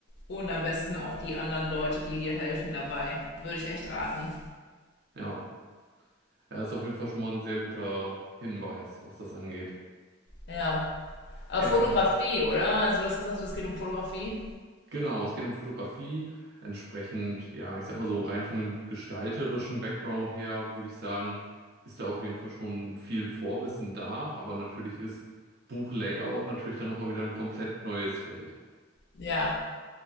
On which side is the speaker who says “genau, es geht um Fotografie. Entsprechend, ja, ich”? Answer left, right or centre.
Right